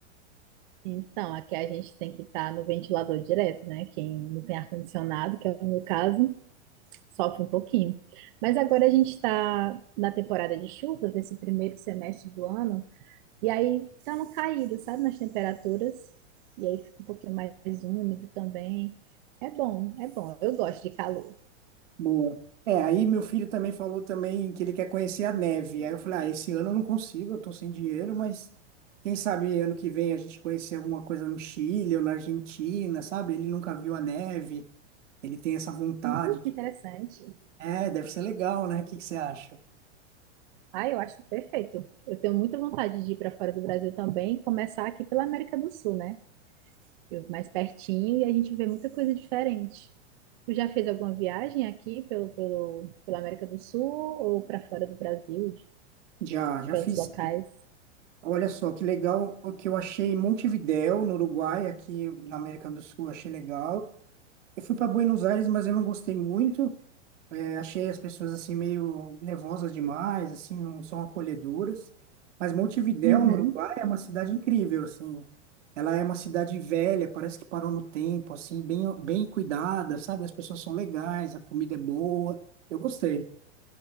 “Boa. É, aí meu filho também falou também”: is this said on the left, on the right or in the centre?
Right